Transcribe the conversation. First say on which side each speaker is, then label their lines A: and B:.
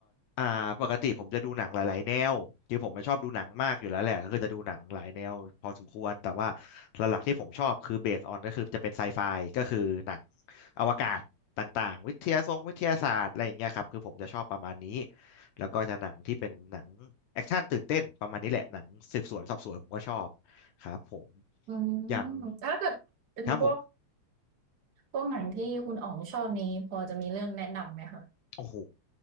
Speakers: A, on the left; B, on the right.
A: อ่าปกติผมจะดูหนังหลายๆแนวคือผมไม่ชอบดูหนังมากอยู่แล้วแหละก็คือจะดูหนังหลายแนวพอสมควรแต่ว่าหลักๆที่ผมชอบคือเบสออนก็คือจะเป็นไซไฟก็คือหนังอวกาศต่างๆวิทยาทรงวิทยาศาสตร์อะไรอย่างเงี้ยครับคือผมจะชอบประมาณนี้แล้วก็จะหนังที่เป็นหนังแอคชั่นตื่นเต้นประมาณนี้แหละหนังสืบสวนสอบสวนผมก็ชอบครับผม
B: อื
A: อย่าง
B: มถ้าเกิดเป็นพวก
A: ครับผม
B: พวกหนังที่คุณอ๋องชอบนี้พอจะมีเรื่องแนะนำไหมคะ
A: โอ้โห